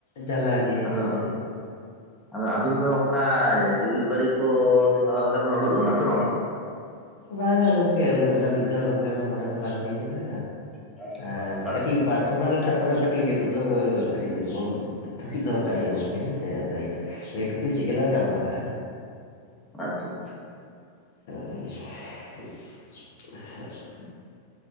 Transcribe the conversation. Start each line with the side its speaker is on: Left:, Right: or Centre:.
Left: ᱡᱟᱞᱟ ᱜᱮᱭᱟ
Centre: ᱟᱫᱚ
Left: ᱥᱮ
Centre: ᱟᱫᱚ ᱟᱹᱵᱤᱱ ᱫᱚ ᱚᱝᱠᱟ ᱡᱩᱨᱤᱯᱟᱹᱨᱤ ᱠᱚ ᱥᱮᱸᱫᱽᱨᱟ ᱞᱮᱠᱟ ᱫᱚᱵᱮᱱ ᱳᱲᱳᱜ ᱞᱮᱱᱟ ᱥᱮ ᱵᱟᱝᱼᱟ?
Left: ᱵᱟᱝᱼᱟ ᱜᱚᱝᱠᱮ ᱩᱱᱟᱜ ᱫᱷᱟᱹᱵᱤᱡ ᱫᱚ ᱚᱝᱠᱟ ᱫᱚ ᱢᱚᱱᱮ ᱫᱚ ᱵᱟᱝ ᱦᱩᱭ ᱠᱟᱱᱟ᱾
Centre: ᱵᱟᱝ
Left: ᱟᱨ
Centre: ᱵᱟᱝ ᱦᱟᱛᱟᱜ
Left: ᱠᱟᱹᱴᱤᱡ ᱯᱟᱨᱥᱚᱱᱟᱞ ᱠᱟᱛᱷᱟ ᱫᱚ ᱠᱟᱹᱴᱤᱡ ᱱᱤᱛᱚᱜ ᱫᱚ ᱠᱟᱹᱴᱤᱡ ᱵᱚᱱ ᱛᱷᱟᱯᱤᱫ ᱫᱚᱦᱚ ᱠᱟᱜ ᱦᱩᱭᱩᱜᱼᱟ ᱜᱚᱝᱠᱮ ᱦᱮᱸ ᱥᱮ ᱟᱫᱚ ᱱᱤᱭᱟᱹ ᱴᱩᱯᱤᱠ ᱥᱮᱜ ᱜᱮᱞᱟᱝ ᱜᱟᱞᱢᱟᱨᱟᱜᱼᱟ
Centre: ᱟᱪᱪᱷᱟ ᱟᱪᱪᱷᱟ
Left: <unintelligible>